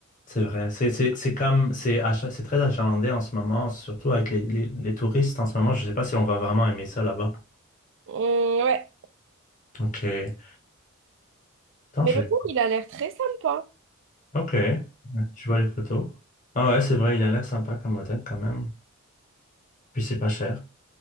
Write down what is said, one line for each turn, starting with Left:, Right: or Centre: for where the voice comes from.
Left: c'est vrai. C'est c'est- c'est comme, c'est acha- c'est très achalandé en ce moment, surtout avec les, les- les touristes en ce moment. Je ne sais pas si on va vraiment aimer ça là-bas.
Right: Hum, ouais,
Left: Ok. Attends,
Right: mais
Left: je
Right: l'hôtel,
Left: vais...
Right: il a l'air très sympa.
Left: Ok. Je vois les photos. Ah ouais, c'est vrai, il a l'air sympa comme hôtel quand même. Puis c'est pas cher.